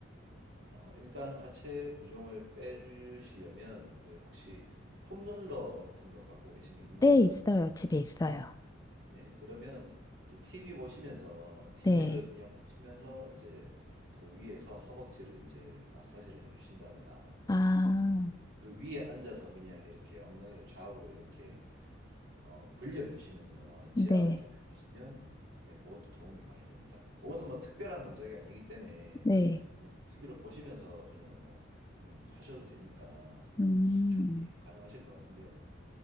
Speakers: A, on the right (about 65°); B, on the left (about 20°).
A: 어, 일단 하체 부종을 빼주시려면 그 혹시 폼롤러 같은 거 갖고 계신 게 있나요?
B: 네, 있어요. 집에 있어요.
A: 네. 그러면 이제 TV 보시면서 TV를
B: 네.
A: 그냥 보시면서 이제 그 위에서 허벅지를 이제 마사지를 해주신다거나
B: 아,
A: 그 위에 앉아서 그냥 이렇게 엉덩이를 좌우로 이렇게 어, 굴려주시면서 지압을
B: 네,
A: 좀 해주시면 네, 그것도 도움이 많이 됩니다. 그거는 뭐 특별한 동작이 아니기 때문에
B: 네.
A: 그냥 TV를 보시면서 그냥 뭐 음, 하셔도 되니까
B: 음.
A: 충분히 가능하실 것 같은데요.